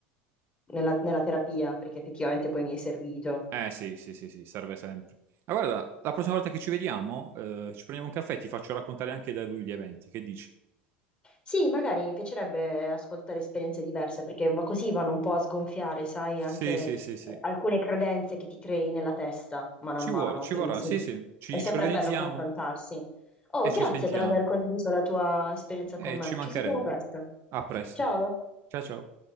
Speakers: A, on the left; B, on the right.
A: nella, nella terapia, perché effettivamente poi mi è servito.
B: Eh sì, sì, sì, sì, serve sempre. Ma guarda, la prossima volta che ci vediamo, eh, ci prendiamo un caffè e ti faccio raccontare anche da lui gli eventi. Che dici?
A: Sì, magari mi piacerebbe ascoltare esperienze diverse, perché va- così vanno un po' a sgonfiare, sai,
B: Sì,
A: anche
B: sì, sì, sì.
A: alcune credenze che ti crei nella testa, mano
B: Ci
A: a mano.
B: vuole, ci
A: Quindi
B: vorrà,
A: sì,
B: sì, sì, ci,
A: è sempre
B: ci organizziamo
A: bello confrontarsi. Oh,
B: e
A: grazie
B: ci sentiamo.
A: per aver condiviso la tua esperienza con
B: E
A: me.
B: ci mancherebbe.
A: Ci sentiamo presto.
B: A presto.
A: Ciao.
B: Ciao ciao.